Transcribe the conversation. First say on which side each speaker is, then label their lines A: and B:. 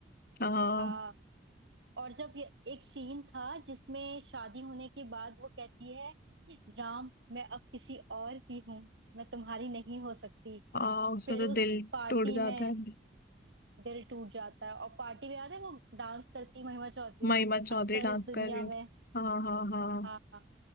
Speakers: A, on the left; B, on the right.
A: हाँ
B: हाँ और जब ये एक सीन था जिसमें शादी होने के बाद वो कहती है राम मैं अब किसी और की हूँ मैं तुम्हारी नहीं हो सकती
A: हाँ उसमें
B: फिर
A: तो
B: उस
A: दिल
B: पार्टी
A: टूट जाता
B: में
A: है
B: दिल टूट जाता है और पार्टी में याद है वो डांस करती महिमा चौधरी
A: महिमा चौधरी
B: अक्सर
A: डांस
B: इस दुनिया
A: कर रही है
B: में
A: हाँ हाँ हाँ
B: हाँ